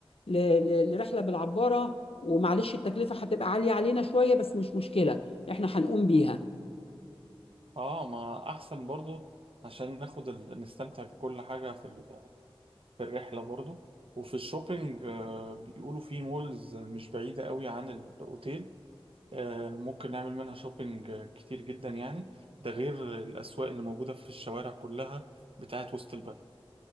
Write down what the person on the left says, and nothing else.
ل- ل- لرحله بالعباره ومعلش التكلفه هتبقى عاليه علينا شويه بس مش مشكله احنا هنقوم بيها